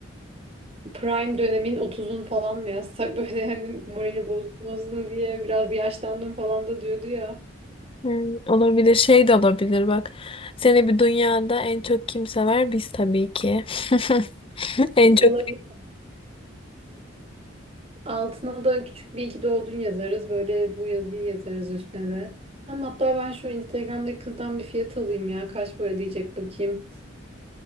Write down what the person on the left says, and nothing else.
Hmm, olabilir şey de olabilir bak. Seni bir dünyada en çok kim sever? Biz tabii ki. <laughs> En
çok